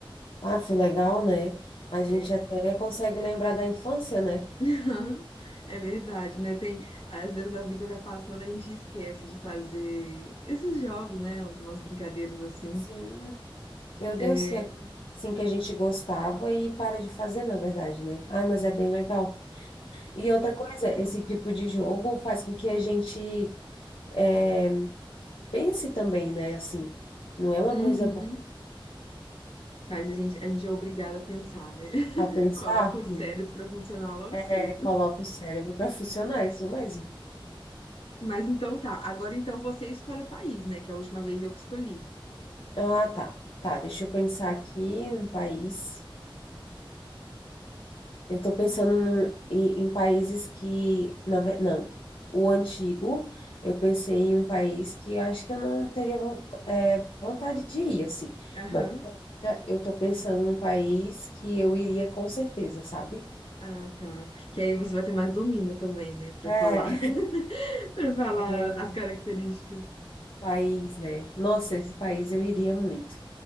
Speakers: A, on the left (about 75°); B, on the left (about 85°).
A: Ah, foi legal, né? A
B: É,
A: gente até consegue lembrar da infância, né?
B: <laughs> é verdade, né? Tem, às vezes a vida vai passando, a gente esquece de fazer esses jogos, né? Umas umas brincadeiras assim.
A: Sim. Meu Deus,
B: É,
A: que é coisa assim que a gente gostava e para de fazer, na verdade, né? Ah, mas é bem legal. E outra coisa, esse tipo de jogo faz com que a gente eh, pense também, né? Assim, não é uma
B: uhum.
A: coisa boa
B: Mas a gente, a gente é obrigada a pensar, né? <laughs>
A: a pensar,
B: Coloca o
A: né?
B: cérebro pra funcionar logo
A: É,
B: cedo.
A: coloca o cérebro para funcionar, isso mesmo.
B: Mas então tá. Agora então você escolhe o país, né? Que é a última vez eu que escolhi.
A: Ah, tá. Tá, deixa eu pensar aqui um país. Eu tô pensando no- em, em países que, na, ve- não, o antigo, eu pensei em um país que eu acho que eu não teria von- é, vontade de ir, assim.
B: Aham.
A: Mas eu tô pensando num país que eu iria com certeza, sabe?
B: Ah, tá. Que aí você vai ter mais domínio também, né? Pra
A: É,
B: falar. <laughs> Pra falar
A: é
B: as características.
A: país, né? Nossa, esse país eu iria muito.